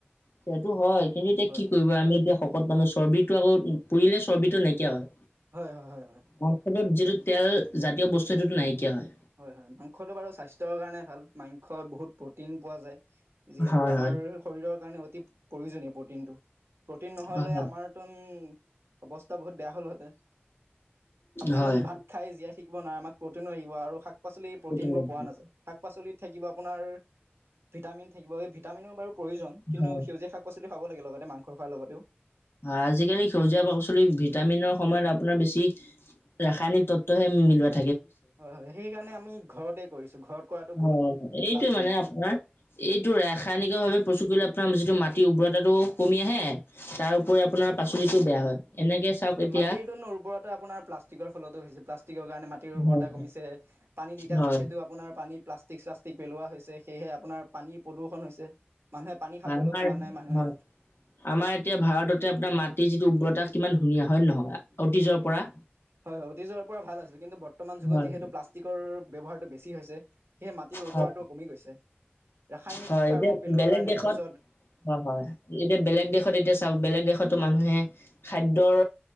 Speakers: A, on the left; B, on the right.
A: সেইটো হয় কিন্তু এতিয়া
B: হয়
A: কি কৰিব আমি এতিয়া শকত মানুহ চৰ্বিটো আকৌ পুৰিলে চৰ্বিটো নাইকিয়া হয়।
B: হয় হয়, হয় হয়।
A: মাংসটোত যিটো তেল জাতীয় বস্তু সেইটোটো নাইকিয়া হয়
B: হয় হয় মাংসটো বাৰু স্বাস্থ্যৰ কাৰণে ভাল মাংস বহুত প্ৰটিন পোৱা যায়। যিহেতু
A: হয়
B: আমাৰ
A: হয়।
B: শৰীৰৰ কাৰণে অতি প্ৰয়োজনীয় প্ৰটিনটো প্ৰটিন নহ'লে
A: হয়
B: আমাৰতোন অৱস্থা বহুত বেয়া হ'লহেঁতেন আপুনি
A: হয়
B: নুন ভাত খাই জীয়াই থাকিব নোৱাৰে আমাক প্ৰ'টিনো লাগিব আৰু শাক পাচলি প্ৰ'টিনবোৰ
A: হয়
B: পোৱা নাযায় শাক পাচলিত আপোনাৰ ভিটামিন থাকিব ভিটামিনৰ বাৰু প্ৰয়োজন কিন্তু
A: হয়
B: সেউজীয়া শাক পাচলি তুমি খাব লাগে লগতে মাংস খোৱাৰ লগতেও।
A: হয় আজিকালি সেউজীয়া পাচলি ভিটামিনৰ সময়ত আপোনাৰ বেছি ৰাসায়নিক তত্ব হে মিলায়।
B: হয় - হয় সেইকাৰণে আমি ঘৰতে কৰিছো ঘৰত কৰাটো
A: হয়
B: বহুত
A: এইটোৱে
B: লাভজনক।
A: মানে আপোনাৰ এইটো ৰাসায়নিক ভাৱে প্ৰস্তুত কৰিলে আপোনাৰ যিটো মাটিৰ উৰ্বৰতাটো কমি আহে তাৰ উপৰি আপোনাৰ পাচলিতও বেয়া হয়। এনেকে চাওক
B: হয়
A: এতিয়া
B: মাটিত টো উৰ্বৰতা আপোনাৰ প্লাষ্টিকৰ ফলতো হৈছে প্লাষ্টিকৰ কাৰণে মাটি
A: হয়
B: উৰ্বৰতা কমিছে পানী তিয়া
A: হয়
B: যিহেতু
A: হয়
B: আপোনাৰ পানীত প্লাষ্টিক চলাষ্টিক পেলোৱা হৈছে। সেয়েহে আপোনাৰ পানীৰ প্ৰদূৰষণ হৈছে। মানুহে পানী খাবলৈ
A: হয় আমাৰ
B: পোৱা নাই মানুহে
A: হয় আমাৰ এতিয়া ভাৰততে আপোনাৰ মাটিৰ যিটো উৰ্বৰতা কিমান ধুনীয়া হয় নে নহয় অতীজৰ পৰা
B: হয় হয় অতীযৰ পৰা ভাল আছিল কিন্তু বৰ্তমান যুগত
A: হয়
B: যিহেতু প্লাষ্টিকৰ ব্যৱহাৰটো বেছি হৈছে সেই মাটি উৰ্বৰতা
A: হয়
B: টো কমি গৈছে ৰাসায়নিক
A: হয়
B: সাৰবোৰ
A: এতিয়া
B: পেলোৱাৰ
A: বেলেগ
B: কাৰণে
A: দেশত
B: তাৰ পিছ
A: হয় - হয় এতিয়া বেলেগ দেশত এতিয়া চাওক বেলেগ দেশতো মানুহে খাদ্যৰ